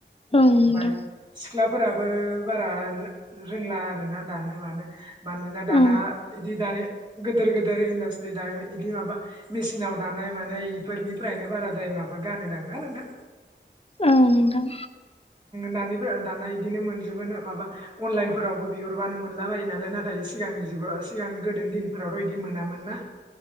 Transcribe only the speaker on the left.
ओं नोंथां।
औ
औ नोंथां।